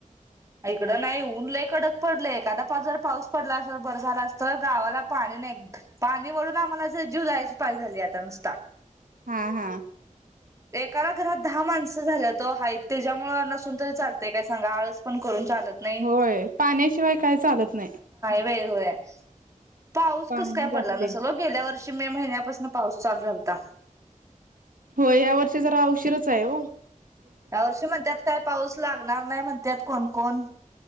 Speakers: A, on the right; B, on the right.
A: इकड नाही ऊन लय कडक पडले, एखादा पा जर पाऊस पडला अस बर झाला असत, गावाला पाणी नई, पाणी ओढून आम्हाला अस जीव जायची पाळी झाली आता नुसता
B: हा हा
A: एकाला घरात दहा माणसं झाल्यात ओ हायत तेज्यामुळं नसून तरी चालतेय काय सांगा आळस पण करून चालत नाही
B: होय पाण्याशिवाय काय चालत नाही.
A: व्हय व्हय. पाऊस
B: पाणी
A: कस काय
B: लागते
A: पडला नसल ओ गेल्या वर शी मे महिन्यापासन पाऊस चालू झालता.
B: होय या वर्षी जरा उशीरच आय ओ
A: यावर्षी म्हणत्यात काय पाऊस लागणार नाही म्हणत्यात कोण कोण